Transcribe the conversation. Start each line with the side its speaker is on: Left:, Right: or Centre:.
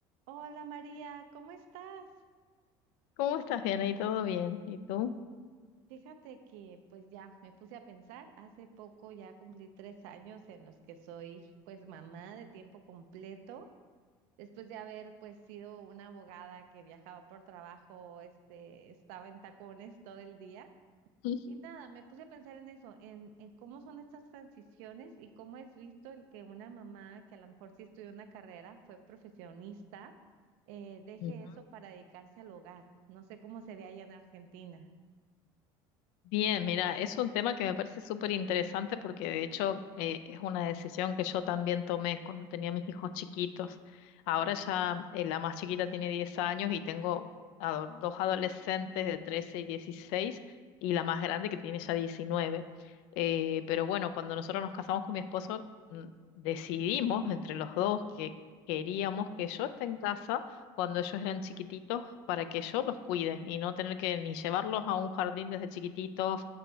Right: Hola María, ¿cómo estás?
Left: ¿Cómo estás? Bien, ahí todo bien. ¿Y tú?
Right: Fíjate que pues ya me puse a pensar, hace poco ya cumplí tres años en los que soy pues mamá de tiempo completo, después de haber pues sido una abogada que viajaba por trabajo, este, estaba en tacones todo el día
Left: <laughs>
Right: Y nada, me puse a pensar en eso, en, en cómo son estas transiciones y cómo es visto el que una mamá que a lo mejor sí estudió una carrera, fue profesionista, eh, deje
Left: Ujú.
Right: eso para dedicarse al hogar. No sé cómo se ve allá en Argentina.
Left: Bien, mira, es un tema que me parece súper interesante porque de hecho eh, es una decisión que yo también tomé cuando tenía mis hijos chiquitos. Ahora ya eh, la más chiquita tiene 10 años y tengo ado- dos adolescentes de 13 y dieciséis y la más grande que tiene ya diecinueve Eh, pero bueno, cuando nosotros nos casamos con mi esposo, mm, decidimos entre los dos que queríamos que yo esté en casa cuando ellos eran chiquititos para que yo los cuide y no tener que ni llevarlos a un jardín desde chiquititos